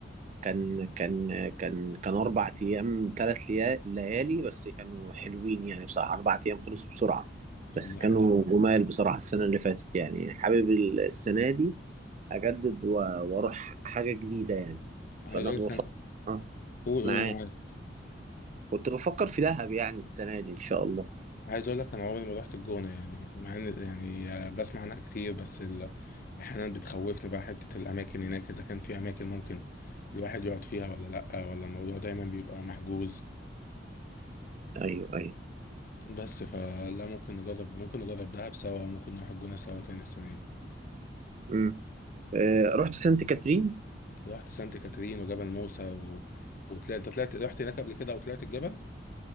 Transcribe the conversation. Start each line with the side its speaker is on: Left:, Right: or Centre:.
Right: كان كان كان كان اربع ايام ثلاث ليالي بس كانوا حلوين يعني بصراحة اربع ايام خلصوا بسرعة
Left: طب
Right: بس
Left: ده
Right: كانوا
Left: حلو
Right: جمال بصراحة السنة اللي فاتت يعني حابب ال- السنة دي اجدد و- واروح حاجة جديدة يعني
Left: عايز
Right: فانا
Left: أقول
Right: بفكر
Left: لك أنا
Right: اه
Left: قول قول
Right: معاك
Left: معاك
Right: كنت بفكر في دهب يعني السنة دي إن شاء الله
Left: عايز أقول لك أنا عمري ما رحت الجونة يعني مع إن يعني آه، بسمع عنها كتير بس ال... أحيانا بتخوفني بقى حتة الأماكن هناك إذا كان في أماكن ممكن الواحد يقعد فيها ولا لأ ولا الموضوع دايما بيبقى محجوز
Right: أيوه أيوه
Left: بس فلا ممكن نجرب ممكن نجرب دهب سوا ممكن نروح الجونة سوا تاني السنة دي
Right: امم آه رحت سانت كاترين
Left: رحت سانت كاترين وجبل موسى و... وطلعت انت طلعت رحت هناك قبل كده وطلعت الجبل